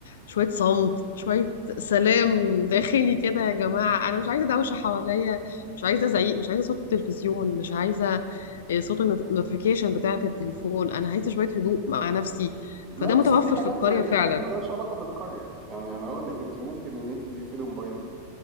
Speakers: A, on the left; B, on the right.
A: شوية صمت شوية سلام داخلي كده يا جماعة انا مش عايزة دوشة حواليا مش عايزة زعيق مش عايزة صوت التلفزيون مش عايزة آه، صوت النوتيفيكيشن بتاعة التليفون انا عايزة شوية هدوء مع نفسي
B: لا
A: فده متوفر
B: بس دي حاجات
A: في القرية فعلا
B: دي حاجات مالهاش علاقه بالقريه يعني انا اقول لك انت ممكن ان انت تقفلي موبايلك